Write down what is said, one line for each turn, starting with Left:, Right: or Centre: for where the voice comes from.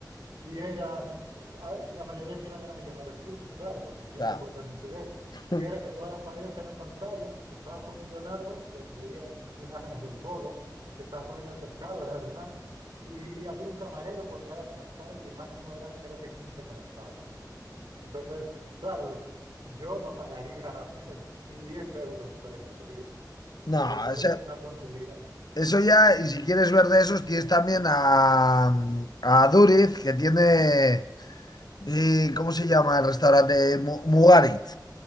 Right: Y era, ah, la mayoría que iban eran millonarios rusos, claro, porque ¿quién
Left: sea,
Right: se puede permitir eso?
Left: <laughs>
Right: Y era que todas las paredes eran pantallas, si se estabas comiendo helado, pues veías imágenes del polo, si estabas comiendo el pescado, era del mar, y, y había un camarero por cada comensal y máximo eran creo que 15 comensales. Entonces, claro, yo no pagaría <laughs> ni 10 euros por eso, te digo,
Left: no,
Right: porque me parece
Left: o sea,
Right: una tontería.
Left: eso ya, y si quieres ver de esos, tienes también a, a Duriz, que tiene, eh, ¿cómo se llama el restaurante? Mu- Mugarit.